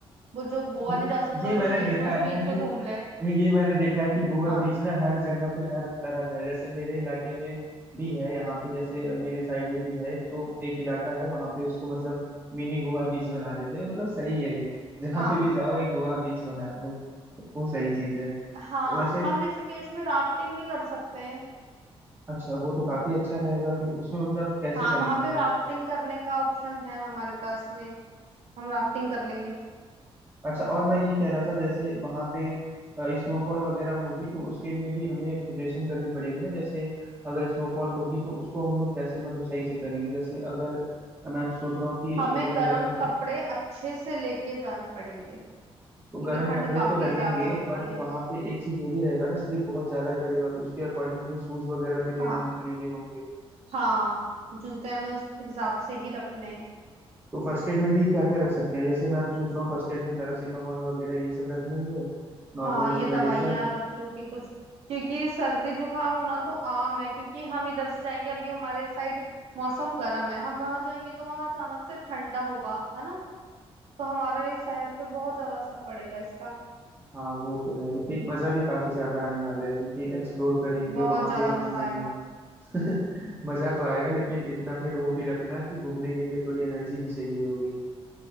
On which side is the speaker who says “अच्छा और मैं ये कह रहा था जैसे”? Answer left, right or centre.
Right